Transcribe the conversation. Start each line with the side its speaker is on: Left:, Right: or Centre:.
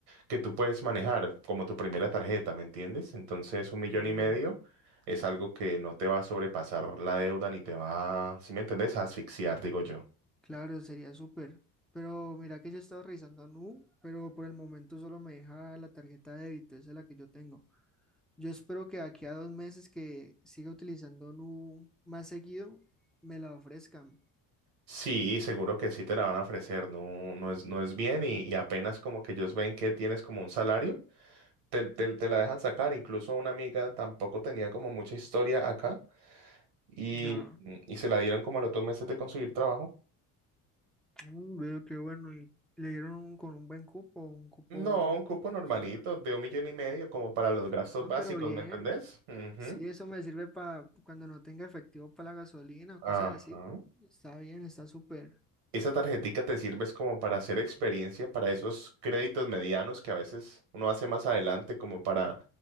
Right: que tú puedes manejar como tu primera tarjeta, ¿me entiendes? Entonces un millón
Centre: Uh,
Right: y medio es algo que no te va a sobrepasar la deuda ni te va, si me entiendes, a asfixiar, digo yo.
Centre: claro, sería súper. Pero mira que yo he estado revisando a Nu, pero por el momento solo me deja la tarjeta de débito, esa es la que yo tengo. Yo espero que de aquí a dos meses que siga utilizando Nu más seguido, me la ofrezcan.
Right: Sí, seguro que sí te la van a ofrecer, no, no es, no es bien y, y apenas como que ellos ven que tienes como un salario, te, te, te la dejan sacar. Incluso una amiga tampoco tenía como mucha historia acá y,
Centre: Ya,
Right: y se la dieron como a los dos meses de conseguir trabajo.
Centre: Mm, veo qué bueno. Y le dieron un- con un buen cupo, un cupo,
Right: No, un cupo normalito
Centre: ¿sabes?
Right: de un millón y medio como para los gastos
Centre: Ah,
Right: básicos,
Centre: pero bien.
Right: ¿me entendés? Ujú.
Centre: Si eso me sirve para cuando no tenga efectivo para la gasolina o
Right: Ajá.
Centre: cosas así, está bien, está súper.
Right: Esa tarjetica te sirve es como para hacer experiencia, para esos créditos medianos que a veces uno hace más adelante, como para